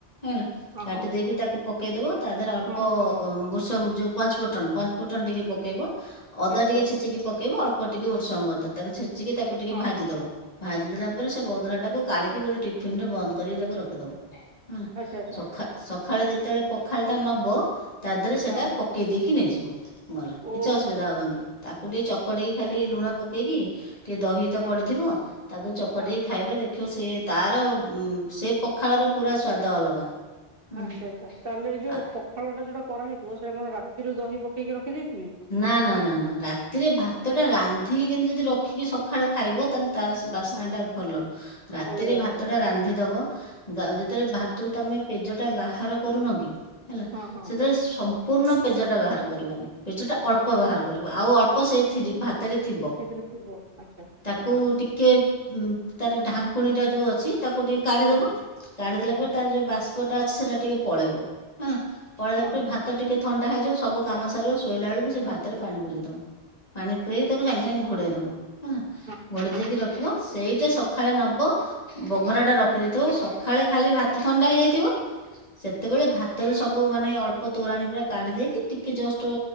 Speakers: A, on the left (about 35°); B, on the right (about 55°).
A: ହେଲା
B: ହଁ
A: କାଟି
B: ହଁ
A: ଦେଇକି ତାକୁ ପକେଇଦବ ତା ଦେହରେ ଅଳ୍ପ
B: ହଁ
A: ବୃଷ ଯୋଉ ପଞ୍ଚଫୁଟନ ପ ଫୁଟଣ ଟିକେ ପକେଇବ ଅଦା
B: ଆଚ୍ଛା
A: ଟିକେ ଛେଚିକି ପକେଇବ ଅଳ୍ପ ଟିକେ ଭୃଶଙ୍ଗ ପତ୍ର ତାକୁ ଛେଚିକି ତା ଟିକେ
B: ହଁ
A: ଭାଜି ଦବ ଭାଜି ଦେଲା ପରେ ସେ ବଘରା ଟାକୁ କାଢିକି ଗୋଟେ ଟିଫିନରେ ବନ୍ଦ କରିକି ତାକୁ ରଖିଦବ। ହେଲା
B: ଆଚ୍ଛା ଆଚ୍ଛା
A: ସଖା ସଖାଳେ ଯେତଅଳେ ପଖାଳଟା ନବ ତା ଦେହରେ ସେଇଟା
B: ହଁ
A: ପକେଇ ଦେଇକି ନେଇଯିବ ଗଲା କିଛି
B: ଓ
A: ଅସୁବିଧା ହବନି। ତାକୁ ଟିକେ ଚକଡିକି ଖାଲି ଲୁଣ ପକେଇକି ଟିକେ ଦହି ତ
B: ହଁ
A: ପଡିଥିବ ତାକୁ ଚକଟିକି
B: ହଁ
A: ଖାଇବେ ଦେଖିବ ସେ ତାର ସେ ପଖାଳର ପୁରା ସ୍ୱାଦ ଅଲଗା।
B: ହ
A: ହୁଁ।
B: ଆଚ୍ଛା ଆଚ୍ଛା ତାଲେ ଏ ଯୋଉ
A: ଆ-
B: ପଖାଳଟା ଯୋଉଟା କରା ହେଇଥିବ ସେଟା କଣ ରାତିରୁ ଦହି ପକେଇକି ରଖି ଦେଇଥିବି?
A: ନା ନା ନା ନା ରାତିରେ ଭାତ ଟା ରାନ୍ଧିକି କିନ୍ତୁ ଯଦି ରଖିକି ସଖାଳେ ଖାଇ ତାଲେ ତା ବାସ୍ନା
B: ହଁ
A: ଟା ଭଲ ରାତିରେ
B: ଅଲଗା
A: ଭାତ
B: ଆସିବ
A: ଟା
B: ହଁ
A: ରାନ୍ଧିଦବ <unintelligible> ଯେତଅଳେ ଭାତୁରୁ ତମେ ପେଜ ଟା ବାହାର କରୁନ କି ହେଲା
B: ହଁ ହଁ
A: ସେତଅଳେ ସ ପୂର୍ଣ୍ଣ ପେଜଟା ବାହାର କରିବନି ପେଜ ଟା ଅଳ୍ପ ବାହାର କରିବ ଆଉ ଅଳ୍ପ ସେ ଥି ଭା ତେ ରେ ଥିବ।
B: ସେଥିରେ ଥିବ ଆଚ୍ଛା।
A: ତା
B: ହଁ
A: କୁ ଟିକେ ତାର ଢାଙ୍କୁଣୀ ଟା ଯୋଉ ଅଛି ତାକୁ ଟିକେ। କାଢିଦବ
B: ହଁ
A: କାଢିଦେଲା
B: ହଁ
A: ପରେ ତାର ଯୋଉ ବାଷ୍ପ ଟା ଅଛି ସେଟା ଟିକେ ପଳେଇବ ହେଲା। ପଳେଇଲା
B: ହଁ
A: ପରେ
B: ହଁ
A: ଭାତ ଟିକେ ଥଣ୍ଡା ହେଇଯିବ ସବୁ କାମ ସାରିବ ଶୋଇଲାଆଳକୁ ସେ ଭାତରେ ପାଣି ପୁରେଇଦବ। ପାଣି ପୁରେଇ
B: ବାସ୍
A: ତାକୁ ସାଙ୍ଗେ ସାଙ୍ଗେ ଘୋଡେଇ ଦବ।
B: ମତେ
A: ଘୋଡ଼ି ଦେଇକି ରଖିବ ସେଇଟା ସଖାଳେ ନବ ବଘରା ଟା ରଖିଦେଇଥିବ ସଖାଳେ ଖାଲି ଭା ଥଣ୍ଡା ହେଇଯାଇଥିବ ସେତେବେଳେ ଭା ତେବେ ସବୁ ମାନେ ଅଳ୍ପ ତୋରାଣୀ ପୁରା କାଢ଼ି ଦେଇକି ଟିକେ ଜଷ୍ଟ